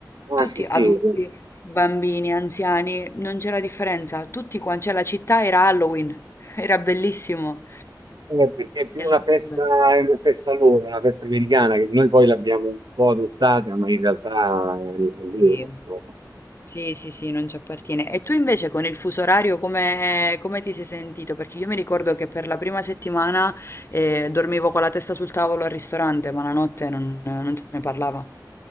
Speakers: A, on the left (about 35°); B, on the right (about 75°).
A: tutti
B: Ah, sì, sì.
A: adulti, bambini, anziani, non c'era differenza, tutti quanti, cioè la città era Halloween, <laughs> era bellissimo.
B: Eh, Perché è più
A: Era
B: una
A: davvero
B: festa,
A: bello.
B: è una festa loro, una festa americana, che noi poi l'abbiamo un po' adottata, ma in realtà è loro,
A: Sì.
B: insomma.
A: Sì, sì, sì, non ci appartiene. E tu invece con il fuso orario come, come ti sei sentito? Perché io mi ricordo che per la prima settimana eh, dormivo con la testa sul tavolo al ristorante, ma la notte non, non se ne parlava.